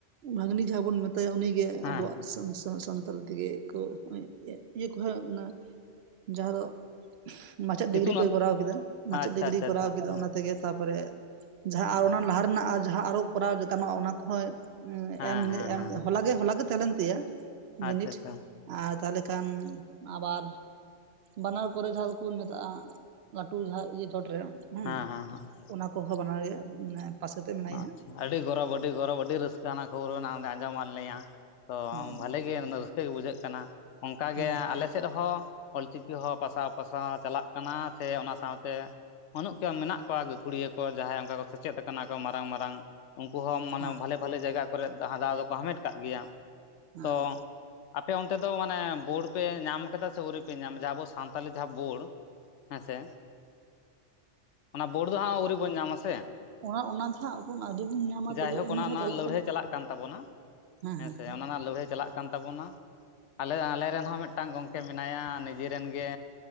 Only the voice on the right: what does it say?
ᱵᱷᱟᱹᱜᱱᱤ ᱡᱟᱦᱟᱸ ᱵᱚᱱ <unintelligible> <unintelligible> ᱩᱱᱤᱜᱮ
ᱟᱵᱚᱣᱟᱜ <unintelligible> ᱥᱟᱱᱛᱟᱞ ᱛᱮᱜᱮ ᱠᱚ ᱤᱭᱟᱹ ᱠᱚ ᱦᱮᱜ ᱠᱟᱱᱟ ᱡᱟᱦᱟᱸ ᱫᱚ ᱢᱟᱪᱮᱫ ᱰᱤᱜᱽᱨᱤ
ᱠᱚᱭ ᱠᱚᱨᱟᱣ ᱠᱮᱫᱟ, ᱢᱟᱪᱮᱫ
ᱰᱤᱜᱽᱨᱤᱭ
ᱠᱚᱨᱟᱣ
ᱠᱮᱫᱟ,
ᱚᱱᱟ ᱛᱮᱜᱮ ᱛᱟᱯᱚᱨᱮ ᱡᱟᱦᱟᱸ
ᱟᱨ ᱚᱱᱟ ᱞᱟᱦᱟ ᱨᱮᱱᱟᱜ ᱡᱟᱦᱟᱸ ᱟᱨᱚ ᱠᱚᱨᱟᱣ ᱞᱮᱠᱟᱱᱟᱜ ᱚᱱᱟ ᱠᱚᱦᱚᱭ
ᱮᱢᱱᱤ ᱮᱢᱱᱤ
ᱦᱚᱞᱟ ᱜᱮ ᱦᱚᱞᱟ ᱜᱮ ᱛᱟᱦᱮᱸ ᱞᱮᱱ ᱛᱟᱭᱟ
ᱵᱤᱱᱤᱴ
ᱟᱨ ᱛᱟᱦᱞᱮ ᱠᱷᱟᱱ ᱟᱵᱟᱨ ᱵᱟᱱᱟᱨ ᱠᱚᱨᱮ ᱡᱟᱦᱟᱸ ᱫᱚᱠᱚ ᱢᱮᱛᱟᱜᱼᱟ ᱞᱟᱹᱴᱩ ᱡᱟᱦᱟᱸ ᱪᱚᱴ ᱨᱮ ᱦᱩᱸ
ᱚᱱᱟ ᱠᱚᱦᱚᱸ ᱵᱟᱱᱟᱨ ᱜᱮ ᱢᱟᱱᱮ ᱯᱟᱥ ᱠᱟᱛᱮᱜ ᱢᱮᱱᱟᱭᱟ
ᱦᱟᱸᱜ
ᱦᱩᱸ
ᱦᱩᱸ
ᱦᱮᱸ
ᱮᱸ
ᱚᱱᱟ ᱚᱱᱟ ᱫᱚ ᱦᱟᱸᱜ ᱮᱠᱷᱚᱱ ᱟᱹᱣᱨᱤ ᱵᱚᱱ ᱧᱟᱢᱟ
ᱛᱚᱵᱮ
ᱮᱢᱱᱤ
ᱡᱟᱦᱟᱸ
ᱠᱟᱱᱟ
ᱦᱮᱸ
ᱦᱮᱸ